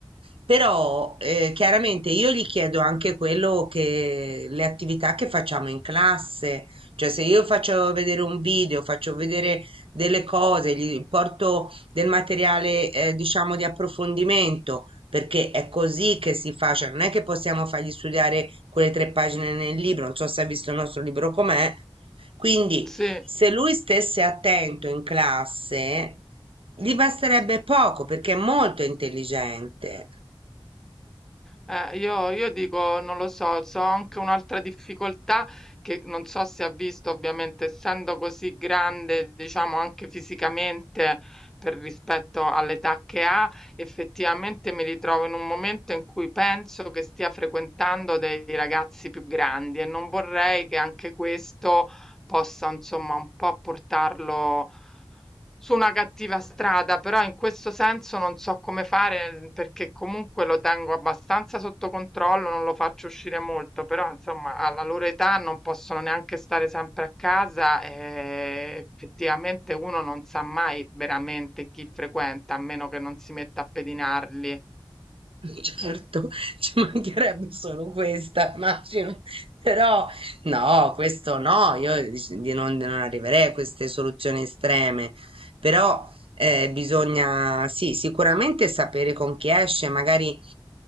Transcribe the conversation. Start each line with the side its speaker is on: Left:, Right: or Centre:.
Right: però eh, chiaramente io gli chiedo anche quello che le attività che facciamo in classe, cioè se io faccio vedere un video, faccio vedere delle cose, gli porto del materiale eh, diciamo di approfondimento, perché è così che si fa, cioè non è che possiamo fargli studiare quelle tre pagine nel libro, non so se ha visto il nostro libro com'è, quindi,
Centre: Sì.
Right: se lui stesse attento in classe, gli basterebbe poco perché è molto intelligente.
Centre: Eh, io, io dico, non lo so, so anche un'altra difficoltà che non so se ha visto, ovviamente, essendo così grande, diciamo anche fisicamente per rispetto all'età che ha, effettivamente mi ritrovo in un momento in cui penso che stia frequentando dei ragazzi più grandi e non vorrei che anche questo possa, insomma, un po' portarlo su una cattiva strada, però in questo senso non so come fare mm, perché comunque lo tengo abbastanza sotto controllo, non lo faccio uscire molto, però insomma alla loro età non possono neanche stare sempre a casa e effettivamente uno non sa mai veramente chi frequenta, a meno che non si metta a pedinarli.
Right: Certo, <laughs> ci mancherebbe solo questa, immagino, però no, questo no, io dic- di non, di non arriverei a queste soluzioni estreme, però eh, bisogna, sì, sicuramente sapere con chi esce, magari